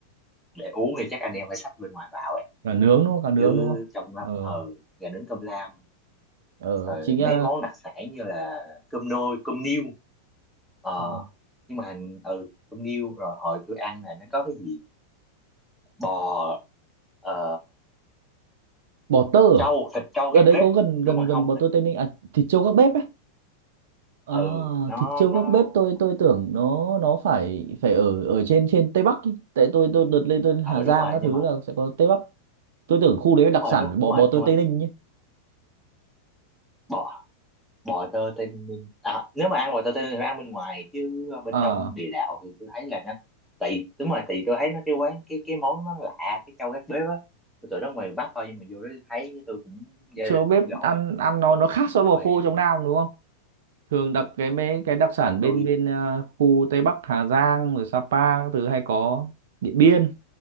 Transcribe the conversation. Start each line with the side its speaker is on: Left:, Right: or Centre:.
Centre: để uống thì chắc anh em phải xách bên ngoài vào ấy
Right: gà nướng đúng không gà nướng
Centre: chứ
Right: đúng không
Centre: trong đó
Right: ờ
Centre: ừ gà nướng cơm lam
Right: ờ
Centre: rồi
Right: chị nghe
Centre: mấy món đặc sản như là cơm nôi cơm niêu ờ
Right: ờ.
Centre: nhưng mà ừ cơm niêu rồi hồi tôi ăn là nó có cái gì bò ờ
Right: bò tơ
Centre: trâu
Right: à?
Centre: thịt trâu gác
Right: ở đấy
Centre: bếp
Right: có gần gần
Centre: đúng rồi
Right: gần
Centre: không
Right: bò
Centre: thịt
Right: tơ Tây Ninh à thịt trâu gác bếp á? à,
Centre: ừ nó
Right: thịt trâu
Centre: nó
Right: gác bếp tôi tôi tưởng nó nó phải phải ở ở trên trên Tây Bắc ý. tại tôi tôi đợt lên tôi Hà
Centre: ừ
Right: Giang
Centre: đúng rồi
Right: các
Centre: nhưng
Right: thứ
Centre: mà
Right: là sẽ có Tây Bắc tôi tưởng khu đấy đặc
Centre: đúng rồi
Right: sản
Centre: đúng
Right: phải bò
Centre: rồi
Right: bò tơ
Centre: nhưng mà
Right: Tây Ninh nhé
Centre: bò bò tơ tây ninh à, nếu mà ăn bò tơ tây ninh thì phải ăn bên ngoài chứ ờ, bên
Right: à
Centre: trong địa đạo thì tôi thấy là nó tại vì- đúng rồi tại vì tôi thấy nó cái quán cái cái món nó lạ cái trâu gác bếp á tôi tưởng nó ngoài Bắc thôi nhưng mà vô đó thấy tôi cũng gia
Right: trâu
Centre: đình
Right: gác
Centre: cũng gọi
Right: bếp ăn ăn nó nó khác so với
Centre: rồi
Right: bò khô
Centre: ăn
Right: trong Nam đúng không thường đặc cái
Centre: Ờ,
Right: mấy cái đặc sản
Centre: rồi
Right: bên
Centre: tôi
Right: bên à, khu Tây Bắc Hà Giang rồi Sapa các thứ hay có Điện Biên